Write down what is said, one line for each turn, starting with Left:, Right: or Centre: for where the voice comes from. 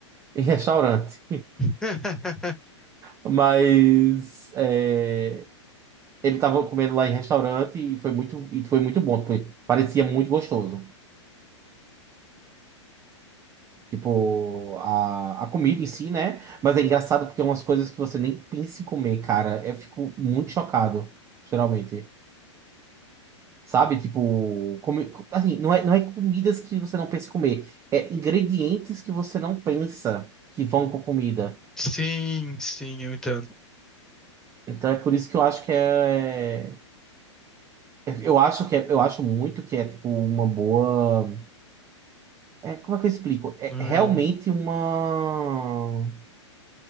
Right: em restaurante.
Centre: <laughs>
Right: Mas é, ele tava comendo lá em restaurante e foi muito, e foi muito bom. tipo, parecia muito gostoso. Tipo, a, a comida em si, né? Mas é engraçado porque é umas coisas que você nem pensa em comer, cara. Eu fico muito chocado, geralmente. Sabe? Tipo, comi- assim, não é, não é comidas que você não pensa em comer. É ingredientes que você não pensa que vão com comida.
Centre: Sim, sim, eu entendo.
Right: Então é por isso que eu acho que é. Eu acho que é, eu acho muito que é tipo uma boa. É, como é que eu explico? É
Centre: Ai,
Right: realmente
Centre: ai.
Right: uma